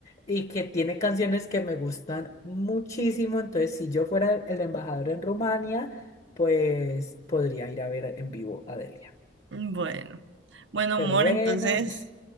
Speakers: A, on the left; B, on the right.
A: y que tiene canciones que me gustan muchísimo. Entonces, si yo fuera el embajador en Rumania, pues podría ir a ver en vivo a Delia.
B: Bueno, bueno,
A: Pero
B: amor,
A: bueno.
B: entonces.